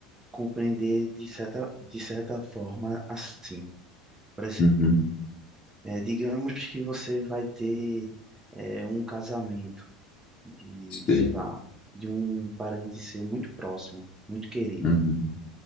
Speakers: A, on the right; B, on the left.
A: compreender de certa, de certa forma assim. Por exemplo,
B: uhum.
A: É, digamos que você vai ter é, um casamento de,
B: Sei.
A: sei lá, de um parente seu muito próximo, muito querido.
B: Uhum,